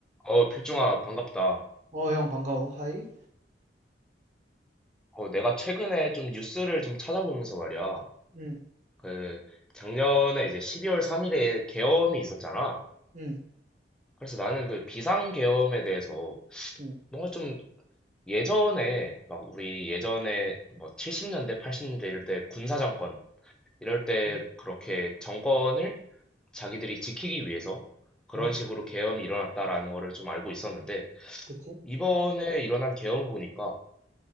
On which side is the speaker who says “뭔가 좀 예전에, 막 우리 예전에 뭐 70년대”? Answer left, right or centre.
Centre